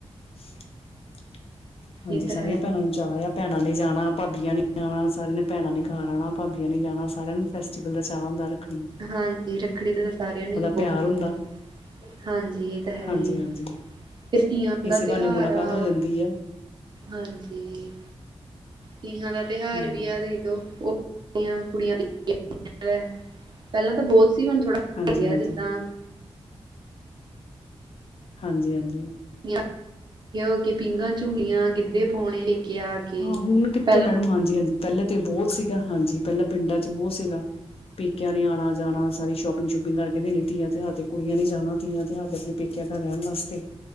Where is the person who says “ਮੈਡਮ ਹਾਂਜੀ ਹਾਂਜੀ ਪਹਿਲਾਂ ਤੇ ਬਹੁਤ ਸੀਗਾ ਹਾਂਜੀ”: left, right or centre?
Left